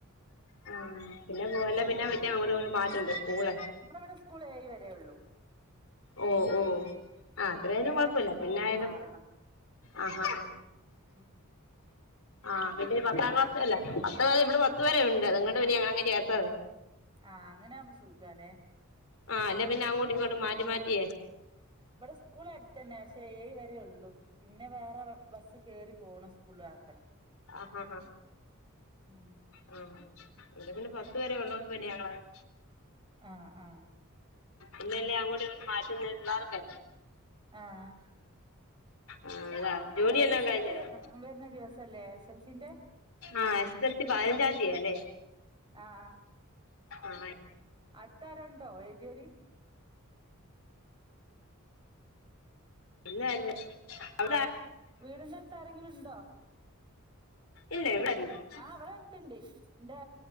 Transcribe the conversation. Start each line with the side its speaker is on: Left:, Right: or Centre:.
Left: ആ പിന്നെപ്പം ഒലെ പിന്നെ പിന്നെ അങ്ങോട്ടും ഇങ്ങോട്ടും മാറ്റെണ്ടെ സ്കൂളൊക്കെ
Right: നമ്മളെ ഇവടെ സ്കൂൾ ഏഴ് വെരെ ഒള്ളു
Left: ഓ ഓ ആ അത്ര ആയാലും കൊഴപ്പൊയില്ല
Right: വേറെ സ്കൂളിലേക്ക്
Left: പിന്നെ ആയാലും
Right: മാറണം
Left: ആ ആ
Right: ഉം
Left: ആ ഇവെൽ പത്താം ക്ലാസ് അല്ലെ പത്ത് വെരെ ഇവടെ പത്ത് വെരെ ഉണ്ട് അതുംകൊണ്ട് പിന്നെ ഞങ്ങൾ അങ്ങ് ചേർത്തത്
Right: ആ അങ്ങനാവുമ്പോ സുഖാല്ലേ
Left: ആ അല്ലെ പിന്നെ അങ്ങോട്ടും ഇങ്ങോട്ട് മാറ്റി മാറ്റി എ
Right: ഇവിടെ സ്കൂൾ അടുത്തന്നെ പക്ഷെ ഏഴ് വരേ ഉള്ളൂ പിന്നെ വേറെ ബസ്സ് കേറി പോണം സ്കൂള്ൽ ആക്കണം.
Left: ആഹാഹ
Right: ഉം
Left: ആ ഇവിടെ പിന്നെ പത്ത് വരെ ഉള്ളോണ്ട് പിന്നെ ഞങ്ങളങ്ങ്
Right: ആഹ് ആഹ്
Left: ഇല്ലല്ലേ അങ്ങോട്ടും ഇങ്ങോട്ടും മാറ്റുന്നത് പിള്ളാർക്കെ
Right: ആഹ്
Left: ആഹ് അതാ ജോലിയെല്ലാം
Right: ഇന്നിപ്പോ റിസൾട്ട്‌
Left: കഴിഞ്ഞോ
Right: വരുന്ന ദിവസ ല്ലെ എസ് എസ് എൽ സി ന്റെ?
Left: ആഹ് എസ് എസ് എൽ സി പതിനഞ്ചാം തീയതിയാ അല്ലേ
Right: ആഹ്
Left: ആഹ്
Right: അടുത്താരു ഉണ്ടോ എഴുതിയൊര്?
Left: പിന്നായിരുന്നു അ
Right: വീടിന്റെ അടുത്ത് ആരെങ്കിലും ഉണ്ടോ?
Left: ഇല്ല ഇവിടെ ആരും ഇല്ല
Right: ആ ഇവിടെ അടുത്തണ്ട് എന്റെ